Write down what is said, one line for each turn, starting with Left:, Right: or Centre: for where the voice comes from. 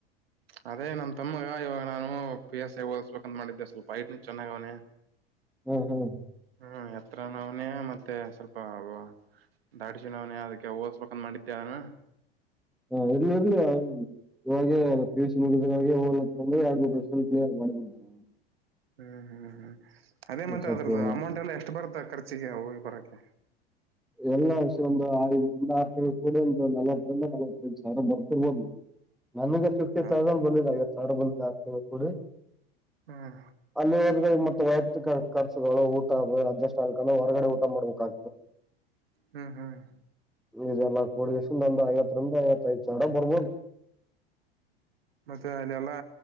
Right: ಹ <inaudible> ಅದೇ ನಮ ತಮ್ಮಗ ಇವಾಗ ನಾನು ಪಿ ಎಸ್ ಐ ಓದಸ್ಬೇಕಂತ ಮಾಡಿದ್ದೆ ಸ್ವಲ್ಪ ಡ್ನ ಚೆನ್ನಾಗ ಅವನನೆ
Centre: ಹ್ಮ್ ಹ್ಮ್
Right: ಹ್ಮ್ ಹತ್ರ ನಾವನೇ ಮತ್ತೆ ಸ್ವಲ್ಪ ಆಗುವ ದಾಡ್ಸ ನವ್ನ ಅದಕ್ಕೆ ಓಸ್ಬೇಕಂದ ಮಾಡಿದ್ದೆ ಅವನ
Centre: ಹಾ ಇಲ್ಲಿ ಇರ್ಲಿ ಅವ ಇವಾಗೆ ಪಿ ಯು ಸಿ ಮುಗಿದೋಗಂದ್ರೆ ಯಾರಿಗೂ ಪ್ರಶ್ನೆ ಕ್ಲಿಯರ್ ಮಾಡಿಬಿಡ್ತಾರೆ ನ
Right: ಹ್ಮ್ ಹ್ಮ್ ಹ್ಮ್ ಅದೇ ಮತ್ತೆ
Centre: ಸ್ವಲ್ಪ
Right: ಅದ್ರದ್ದ ಅಮೌಂಟ್ ಎಲ್ಲಾ ಎಷ್ಟು ಬರ್ತ ಖರ್ಚ ಚಿಗೆ ಹೋಗಿ ಬರಕ್ಕೆೆ
Centre: ಎಲ್ಲಾ ವರ್ಷಯ ಒಂದು ಐದರಿಂದ ಆರು ತಿಂಗಳು ಕೂಡಿ ಒಂದು ನಲವತ್ತರಿಂದ ನಲವತ್ತೈದು ಸಾವಿರ ಬರ್ತಿರ್ಬೋದು ನಾವು ನನಗ ಫಿಫ್ಟಿ
Right: ಹ
Centre: ತೌಸಂಡ್ ಬಂದಿದ್ದ ಐವತ್ತು ಸಾವಿರ ಬಂದ ಆ ಕೊಡಿ
Right: ಹ್ಮ್
Centre: ಅಲ್ಲಿದ ಮತ್ತಯ ಖರ್ಚುಗಳು ಊಟ ಅಜಸ್ ಆ ಹೊರಗಡೆ ಊಟ ಮಾಡ್ಬೇಕಾ
Right: ಹ್ಮ್ ಹ್ಮ್
Centre: ಇದೆಲ್ಲಾ ಕೋಡಿ ವರ್ಷಿಂದ ಒಂದು ಐವತ್ತರಿಂದ ಐವತ್ತಐದುಡ ಬರ್ಬೋದು
Right: ಮತ್ತೆ ಅಲ್ಲಿಲ್ಲಾ